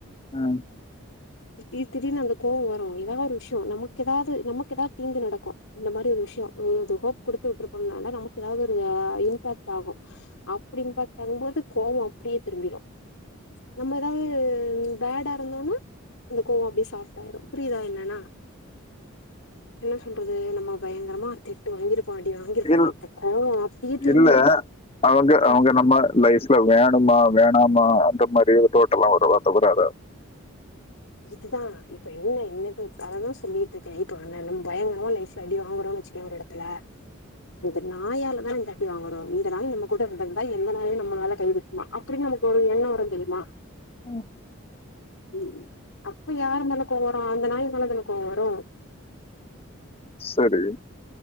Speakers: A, on the left; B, on the left.
A: ம்.
B: திடீர் திடீர்னு அந்த கோவோ வரு எதா ஒரு விஷயயோ நமக்கு எதாது நமக்கு எதாது தீங்கு நடக்கு இந்த மாரி ஒரு விஷ்யோ ஏது ஹோப் குடுத்து விட்ருப்போனால நமக்கு ஏதாது ஒரு இம்பேக்ட் ஆகு அப்டின் பாத்தங்போது கோவோ அப்டியே திரும்பிரு நம்ம எதாது பேடா இருந்தோனா அந்த கோவோ அப்டியே சாஃப்டாயிரு புரிதா என்னன்னா என்ன சொல்றது நம்ம பயங்கரமா திட்டு வாங்கிருப் போ அடி வாங்கிரு ப்போ
A: இல்
B: அப்ப கோவோ அப்டியே திரும்பிரு
A: இல்ல. அவங்க
B: ம்
A: அவங்க நம்ம லைஸ் இல்ல வேணுமா வேணாமா அந்த மாரி டோட்டல்லா வரலாத் தவிர அத
B: இதுகுதா இப்ப என்ன என்னது அததா சொல்லிட்டு ருக்கே இப்ப எ நெலம் பயங்கரமா லைஃப்ல அடி வாங்கறோனு வச்சிக்க ஒரு எட த்துல இந்த நாயாலதா இந்த அடி வாங்குறோ இந்த நாய் நம்ம கூட இருந்திருந்துதா எந்த நாயு நம்ம மேல கைவக்குமா அப்டின்னு நமக்கு ஒரு எண்ணோ வரு தெரியுமா
A: ம்
B: ம் அப்ப யாரு மேல கோவோ வரு அந்த நாய் மேலதான கோவோ வரு
A: செரி